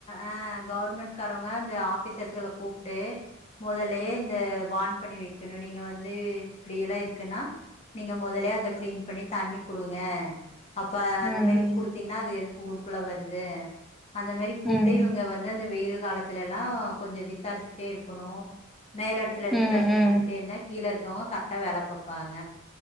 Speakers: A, on the left (about 30°); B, in the centre.
A: அ ஆ கவுவர்மெண்ட்காரவங்க இந்த ஆபீசர்ஸ்கள கூப்ட்டு மொதலே இந்த வான் பண்ணி வெக்கணு நீங்க வந்து இப்படியெல்லா இருக்குன்னா நீங்க மொதல அத கிளீன் பண்ணி தண்ணி குடுங்க அப்ப
B: ம்
A: அந்த மேரி குடுத்தீங்கன்னா அது ஊரூக்குள்ள வர் <unintelligible> அந்த மேரி கூப்ட்டு
B: ம்
A: இவங்க வந்து அந்த வெயில் காலத்துல ல்லா கொஞ்சோ விசாரிச்சுட்டே இருக்கணு மேல் எடத்துல இருந்து
B: ம்
A: ப்ரெஸர்
B: ம்
A: குடுத்துட்டே இருந்தா கீ <unintelligible> கர்ட்டா வேல பாப்பாங்க